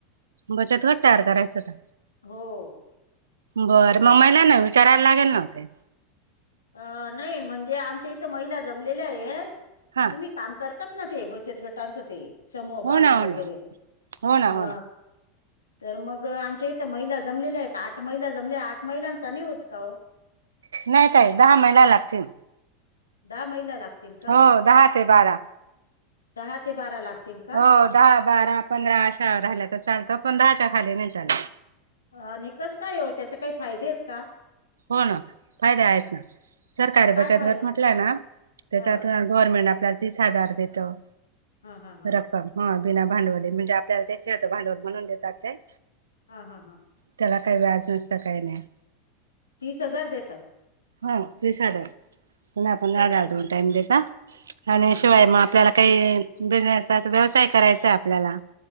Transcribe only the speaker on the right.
बचत गट तयार करायचं होता
बरं मग महिला ना विचारायला लागेल ना ते
हा
हो
ना
हो ना हो ना
हो ना
नाही ताई दहा महिला लागतील
हो दहा ते बारा
हो दहा बारा पंधरा अशा झाल्याच चालतं पण दहाच्या खाली नाही चालत
हो ना फायदे आहेत ना सरकारी
बचत
गट म्हटल ना त्याच्यातून
गव्हर्नमेंट आपल्याला तीस हजार देतं
रक्कम हा बिना भांडवली म्हणजे आपल्याला त्याचात भांडवल म्हणून देतात ते
त्याला काही व्याज नसतं काही नाहि
हा तिस हजार पुन्हा पुन्हा
दोन टाइम देतात
आणि
शिवाय मा आपल्याला काही बिझनेसचा अस व्यवसाय करायचा आहे आपल्याला